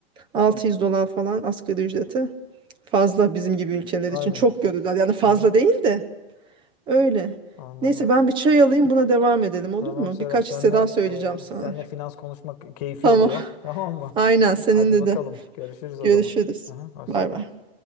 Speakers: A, on the right; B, on the left.
A: 600 dolar falan asgari ücreti. Fazla bizim gibi ülkeler
B: Aynen.
A: için. Çok görürler. Yani fazla
B: Hı hı.
A: değil de öyle.
B: Anladım.
A: Neyse ben bir çay alayım buna devam edelim olur
B: Tamam
A: mu?
B: Serap.
A: Birkaç
B: Senle
A: hisse daha söyleyeceğim sana.
B: e, senle finans konuşmak keyifli
A: Tamam.
B: oluyor. <laughs> Tamam
A: <laughs>
B: mı?
A: Aynen seninle
B: Hadi bakalım.
A: de.
B: Görüşürüz
A: Görüşürüz.
B: o zaman. Hı hı. Hoşça
A: Bay
B: kal.
A: bay.